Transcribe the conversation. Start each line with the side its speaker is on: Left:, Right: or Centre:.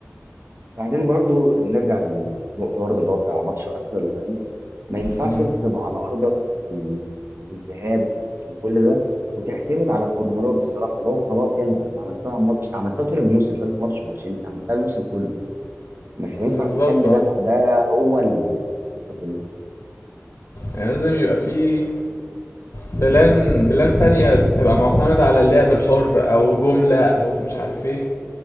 Right: بعدين برضو نرجع للنقطه برضو اللي هو بتاع ماتش ارسنال وباريس ما ينفعش
Left: مم.
Right: انت تبقى على ارضك و- والذهاب وكل ده وتعتمد على الكورنرات بصراحه اللي هو خلاص يعني أنا عملتها ماتش عملتها طول الموسم مش هقول لك ماتش ماتشين أنت عملتها الموسم كله مش هينفع
Left: بالظبط
Right: تخلي
Left: اه
Right: ده م- ده هو الخطه كلها
Left: يعني لازم يبقى في بلان بلان تانية تبقى معتمدة على اللعب الحر او جملة او مش عارف ايه